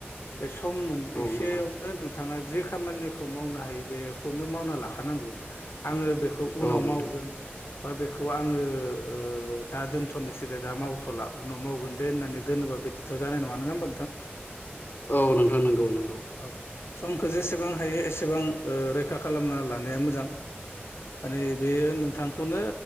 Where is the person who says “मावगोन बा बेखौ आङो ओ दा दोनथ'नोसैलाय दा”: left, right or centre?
Left